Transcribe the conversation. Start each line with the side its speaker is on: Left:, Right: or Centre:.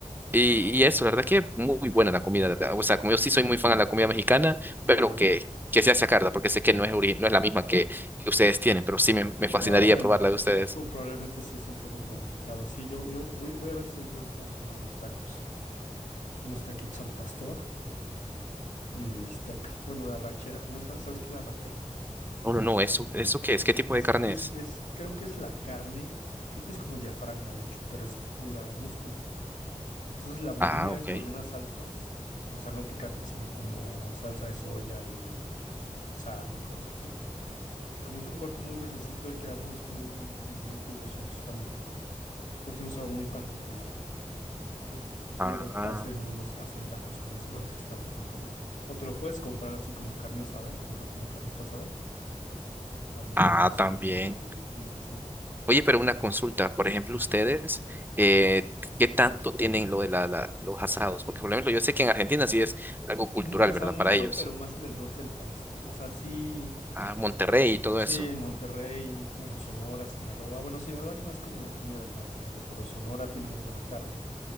Right: Y, y eso, la verdad que muy buena la comida, la ¿verdad? O sea, como yo sí soy muy fan de la comida mexicana,
Left: Ok.
Right: pero que, que sea sacarla, porque sé que no es, ori- no es la misma que, que ustedes tienen, pero sí me, me fascinaría
Left: No, bueno,
Right: probar la de ustedes.
Left: pues probablemente sí es un poco complicado. Sí, yo, yo voy, voy a ver si hoy puedo sonar unos tacos, unos taquitos al pastor y de bistec. Bueno, de arrachera. ¿No sa- sabes qué es la arrachera?
Right: Oh, no, no, ¿eso, eso qué es? ¿Qué tipo
Left: Es,
Right: de carne
Left: es,
Right: es?
Left: es, creo que es la carne, creo que es como el diafragma, de hecho, pero es pura músculo. Entonces la marinan
Right: Ah, ok.
Left: con unas salsas, o sea, no picantes, sino como salsa de soya y s- sal y cosas así. Y como es un corte muy gruesecito y queda muy, es muy, como muy jugoso, entonces está muy rico. Pero tiene un sabor muy particular. Entonces, pues
Right: Ah,
Left: luego hacen unos, hacen tacos con eso, la verdad es que está bastante bueno. O te lo puedes comprar así como carne asada y comerlo como carnita asada. También
Right: ah,
Left: este,
Right: también.
Left: queda muy bien. Sí, sí, sí.
Right: Oye, pero una consulta, por ejemplo, ustedes, eh, ¿qué tanto tienen lo de la, la- los asados? Porque, por ejemplo, yo sé que en Argentina sí es algo cultural,
Left: Mu- O
Right: ¿verdad?
Left: sea, mucho,
Right: Para ellos,
Left: pero más en el norte del país. O sea, sí.
Right: a Monterrey y todo
Left: Sí,
Right: eso.
Left: en Monterrey, bueno, Sonora, Sinaloa. Bueno, Sinaloa es más como de comida del mar, fíjate, pero Sonora tiene muy buena carne.